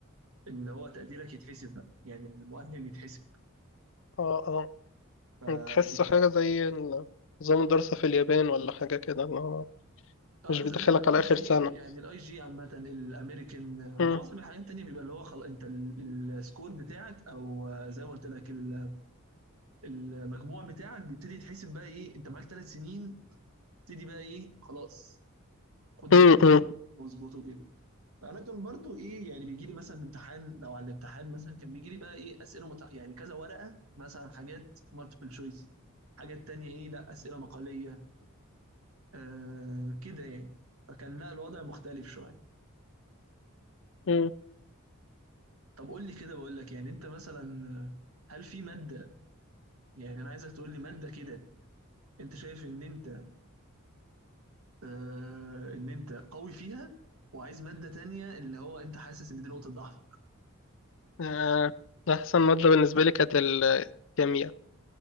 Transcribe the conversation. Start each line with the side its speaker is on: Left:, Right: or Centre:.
Right: اللي هو تقديرك يتحسب بقى يعني المؤهل يتحسب
Left: اه اه
Right: فبيبقى
Left: يعني تحس حاجة زي ال- نظام الدراسة في اليابان ولا حاجة كده اللي هو
Right: اه
Left: مش بيدخلك
Right: ز- زي الاي
Left: على
Right: جي
Left: آخر سنة
Right: يعني الاي جي عامة الامريكان آه،
Left: مم.
Right: معظم الحاجات التانية بيبقى اللي هو خلاص انت ال- السكور بتاعك او آه، زي ما قلت لك ال- المجموع بتاعك بيبتدي يتحسب بقى ايه انت معاك ثلاث سنين تبتدي بقى ايه خلاص خد
Left: مم.
Right: موادك
Left: مم.
Right: واظبطه كده فانا كان برضو ايه يعني بيجي لي مثلا الامتحان لو على الامتحان مثلا كان بيجي لي بقى ايه اسئله مت... يعني كذا ورقه مثلا حاجات مالتيبل شويس حاجات تانية ايه لا اسئله مقاليه آه كده يعني فكان لا الوضع مختلف شويه
Left: مم.
Right: طب قول لي كده بقول لك يعني انت مثلا هل في مادة يعني انا عايزك تقول لي مادة كده انت شايف ان انت آه ان انت قوي فيها وعايز مادة تانية اللي هو انت حاسس ان دي نقطة ضعفك
Left: آه، أحسن مادة بالنسبة لي كانت الكيمياء